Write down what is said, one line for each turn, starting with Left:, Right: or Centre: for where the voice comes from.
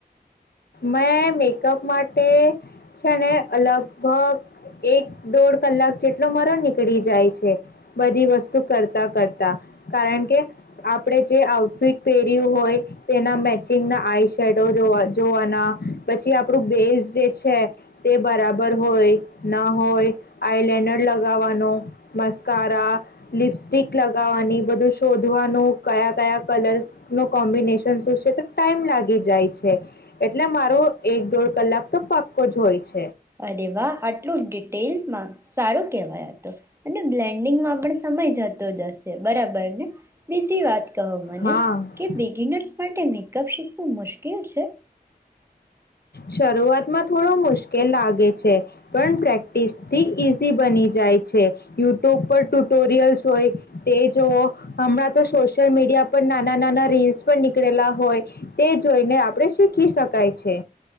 Left: મેં મેકઅપ માટે છે ને લગભગ એક દોઢ કલાક જેટલો મારો નીકળી જાય છે બધી વસ્તુ કરતા કરતા કારણ કે આપણેે જે આઉટફિટ પહેર્યું હોય તેના મેચિંગના આઈ શેડો જોવા વા પછી આપણું બેઝ જે છે તે બરાબર હોય ના હોય આઈ લડર લગાવવાનું મસ્કારા લિપસ્ટિક લગાવવાની બધું શોધવાનું કયા કયા કલર ન કોમ્બિનેશન શું છે તો ટાઈમ લાગી જાય છે એટલે મારો એક દોઢ કલાક તો પાક્કો જ હોય છે
Right: અરે વાહ આટલું જ િટેલ મા સારું કેહેવાય આતો અને બ્લેન્ડિંગમાં પણ સમય જતો જશે બરાબર ને બીજી વાત કહો મને
Left: હા
Right: કે બિગિનર્સ માટે મેકઅપ શીખ શું મુશ્કેલ છે
Left: શરૂઆતમાં થોડો મુશ્કેલ લાગે છે પણ પ્રેક્ટિસ થી ઈઝી બની જાય છે યુટ્યુબ પર ટુટોરિયલ્સ હોય તે જોવ હમણાં તો સોશિયલ મીડિયા પર નાના નાના રીલ્સ પણ નીકળેલા હોય તે જોઈને આપણે શીખી શકીએ શ કાય છે